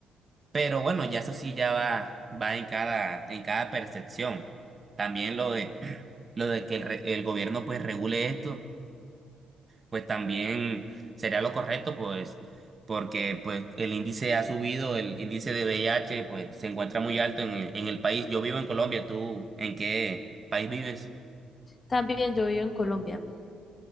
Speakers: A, on the right; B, on the left.
A: pero bueno, ya eso sí ya va, va en cada, en cada percepción. También lo de, <clears throat> lo de que el, re- el gobierno pues regule esto pues también sería lo correcto, pues, porque pues el índice ha subido, el índice de VIH, pues, se encuentra muy alto en el, en el país. Yo vivo en Colombia, ¿tú en qué país vives?
B: También yo vivo en Colombia.